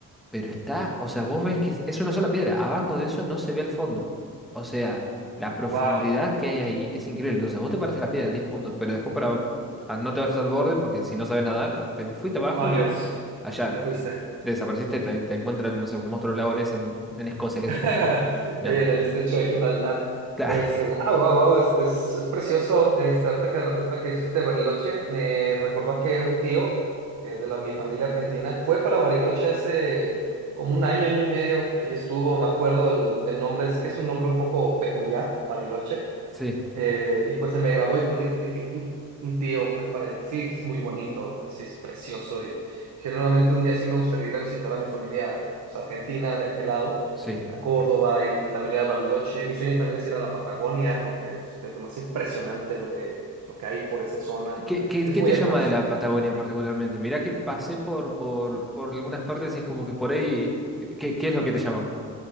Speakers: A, in the centre; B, on the right (about 70°).
A: pero está, o sea, vos ves que es es una sola piedra. Abajo de eso no se ve el fondo. O sea, la profundidad
B: Wow,
A: que hay ahí es increíble. Entonces, vos te paras a la piedra, 10 puntos, pero después para a- no te vayas al borde, porque si no sabes nadar, te fuiste abajo
B: adiós.
A: y allá
B: Te fuiste.
A: desapareciste, te, te encuentran, no sé, un monstruo lagones en, en Escocia, qué
B: <laughs>
A: sé yo. No,
B: Ahí En el estrecho de Gibraltar.
A: claro,
B: Este, wow, wow, wow, es, es, es precioso. Este, ahorita que, ahorita que hiciste Bariloche, me recordó que un tío, que es de la, mi familia argentina, fue para Bariloche hace como un año, año y medio. Ahí estuvo, me acuerdo el, el nombre, es que es un nombre un poco peculiar, Bariloche.
A: sí,
B: Eh, y pues se me grabó y cuando dijiste, dije, un un tío fue para allá, que sí, que es muy bonito, que sí es precioso y generalmente un día sí me gustaría ir a visitar a mi familia, pues Argentina, de aquel lado,
A: sí.
B: a Córdoba ir- y, también ir a Bariloche. Mi sueño también es ir a la Patagonia porque pues, es lo más impresionante lo que, pues, lo que hay por esa zona.
A: ¿Qué, qué, qué
B: Es muy
A: te
B: hermoso.
A: llama de la Patagonia particularmente? Mirá que pasé por, por, por algunas partes y es como que por ahí. ¿Qué, qué es lo que te llama?